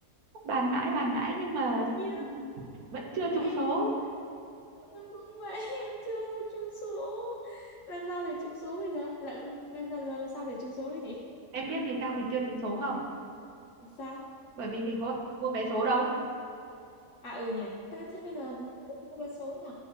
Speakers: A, on the right; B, on the left.
A: bàn mãi bàn mãi nhưng mà
B: vậy chứ
A: ừ, vẫn chưa trúng
B: em
A: số
B: cũng vậy em cũng vậy <laughs> em chưa có chung số là sao bây giờ là, là, là sao để trúng số đấy chị
A: em biết vì sao mình chưa trúng số không
B: sao
A: bởi vì mình có bao giờ mua vé số đâu
B: à ừ nhỉ thế thế bây giờ mua vé số nhỉ